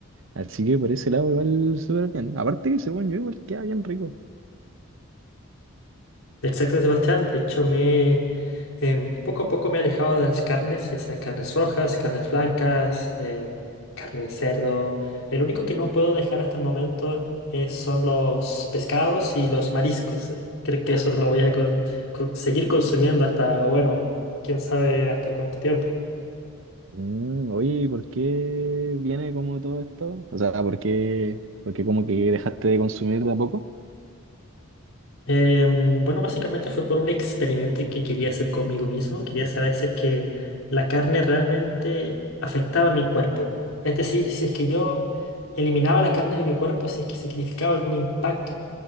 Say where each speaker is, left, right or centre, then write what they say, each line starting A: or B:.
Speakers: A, on the right (about 65°); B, on the left (about 75°).
A: Así que por ese lado igual súper bien. Aparte que según yo igual queda bien rico.
B: Exacto, Sebastián. De hecho, me em, poco a poco me he alejado de las carnes, ya sea carnes rojas, carnes blancas, eh, carne de cerdo. El único que no puedo dejar hasta el momento es- son los pescados y los mariscos. Eh, Creo que eso lo voy a con- con- seguir consumiendo hasta, bueno, quién sabe hasta cuánto tiempo.
A: Mm, oye, ¿y por qué viene como todo esto? O sea, ¿por qué, por qué como que dejaste de consumir de a poco?
B: Em, bueno, básicamente fue por un experimento que quería hacer conmigo mismo. Quería saber si es que la carne realmente afectaba a mi cuerpo. Es decir, si es que yo eliminaba la carne de mi cuerpo, si es que significaba algún impacto.